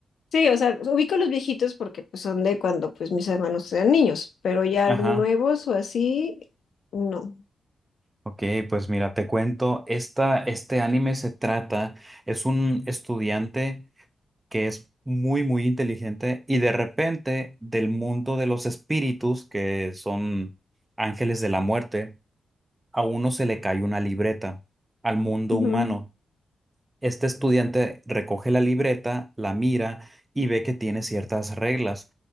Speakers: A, on the left (about 75°); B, on the right (about 20°).
A: Sí, o sea, ubico los viejitos porque pues, son de cuando pues mis hermanos eran niños, pero ya
B: Ajá.
A: nuevos o así, no.
B: Ok, pues mira, te cuento, esta, este anime se trata, es un estudiante que es muy, muy inteligente y de repente del mundo de los espíritus, que son ángeles de la muerte, a uno se le cae una libreta al mundo
A: Ujú.
B: humano. Este estudiante recoge la libreta, la mira y ve que tiene ciertas reglas,